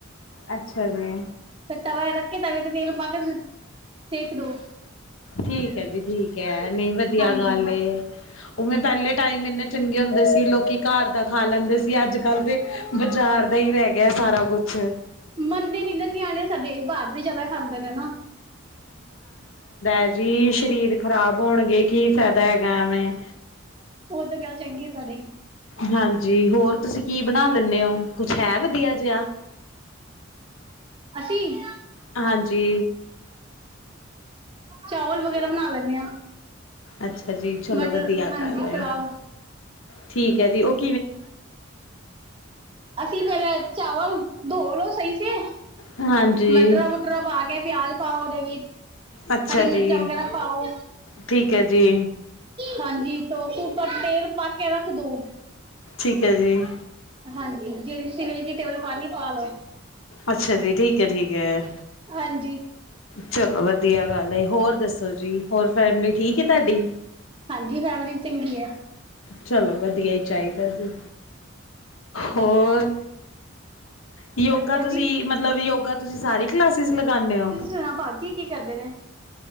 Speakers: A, on the left; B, on the right.
A: ਅੱਛਾ ਜੀ
B: ਫਿਰ ਤਵਾ ਰੱਖੇ ਤਵੇ ਤੇ ਤੇਲ ਪਾ ਕੇ ਸੇਕ ਦੋ
A: ਠੀਕ ਹੈ ਜੀ ਠੀਕ ਹੈ ਨਹੀਂ ਵਧੀਆ
B: ਹਾਂਜੀ
A: ਗੱਲ ਹੈ। ਉਵੇਂ ਪਹਿਲੇ ਟਾਈਮ ਇੰਨੇ ਚੰਗੇ ਹੁੰਦੇ ਸੀ। ਲੋਕੀ ਘਰ ਦਾ ਖਾ ਲੈਂਦੇ ਸੀ। ਅੱਜ ਕੱਲ ਦੇ ਬਾਜ਼ਾਰ ਦਾ। ਇਹੀ ਰਹਿ ਗਿਆ ਸਾਰਾ ਕੁਛ।
B: ਮੰਨਦੇ ਨੀ ਨਾ ਨਿਆਣੇ ਸਾਡੇ ਬਾਹਰ ਦੇ ਜਿਆਦਾ ਖਾਂਦੇ ਨੇ ਨਾ।
A: ਇਹ ਜੀ ਸਰੀਰ ਖ਼ਰਾਬ ਹੋਣਗੇ ਕੀ ਫਾਇਦਾ ਹੈਗਾ ਐਵੇਂ
B: ਉਹ ਤੇ ਗੱਲ ਚੰਗੀ ਹੈ ਤੁਹਾਡੀ।
A: ਹਾਂਜੀ ਹੋਰ ਤੁਸੀਂ ਕੀ ਬਣਾ ਲੈਂਦੇ ਹੋ ਕੁਛ ਹੈ ਵਧੀਆ ਜਿਹਾ?
B: ਅਸੀਂ।
A: ਹਾਂਜੀ।
B: ਚਾਵਲ ਵਗੈਰਾ ਬਣਾ ਲੈਣੇ ਹਾਂ।
A: ਅੱਛਾ ਜੀ ਚਲੋ
B: ਮਟਰ
A: ਵਧੀਆ
B: ਹਾਂਜੀ
A: ਗੱਲ ਐ
B: ਪੁਲਾਓ
A: ਠੀਕ ਐ ਜੀ ੳਕੇ।
B: ਅਸੀਂ ਪਹਿਲਾਂ ਚਾਵਲ ਧੋਲਓ ਸਹੀ ਸੇ।
A: ਹਾਂਜੀ
B: ਮਟਰਾਂ ਮੂਟਰਾਂ ਪਾ ਕੇ ਪਿਆਜ ਪਾਓਦੇ।
A: ਅੱਛਾ
B: ਹਰੀ ਮਿਰਚਾਂ
A: ਜੀ
B: ਵਗੈਰਾ ਪਾਓ।
A: ਠੀਕ ਹੈ ਜੀ
B: ਹਾਂਜੀ ਤੇ ਕੂਕਰ 'ਚ ਤੇਲ ਪਾ ਕੇ ਰੱਖਦੋ?
A: ਠੀਕ ਹੈ ਜੀ।
B: ਹਾਂਜੀ ਜਿਹੜੀ ਤੁਸੀਂ ਵੇਜੀਟੇਬਲ ਪਾਉਣੀ ਹੈ, ਪਾ ਲਓ?
A: ਅੱਛਾ ਜੀ ਠੀਕ ਹੈ ਠੀਕ ਹੈ।
B: ਹਾਂਜੀ
A: ਚਲੋ ਵਧੀਆ ਗੱਲ ਹੈ, ਹੋਰ ਦੱਸੋ ਜੀ? ਹੋਰ ਫੈਮਲੀ ਠੀਕ ਹੈ ਤੁਹਾਡੀ?
B: ਹਾਂਜੀ ਫੈਮਿਲੀ ਚੰਗੀ ਹੈ
A: ਚਲੋ ਵਧੀਆ ਹੀ ਚਾਹੀਦਾ ਜੀ, ਹੋਰ? ਯੋਗਾ
B: ਵਧੀਆ
A: ਤੁਸੀਂ
B: ਜੀ
A: ਮਤਲਬ ਯੋਗਾ ਤੁਸੀਂ ਸਾਰੀ ਕਲਾਸ। ਤੁਸੀ ਲਗਾਉਂਦੇ
B: ਤੁਸੀਂ
A: ਹੋ?
B: ਸੁਣਾ ਭਾਜੀ ਕੀ ਕਰਦੇ ਨੇ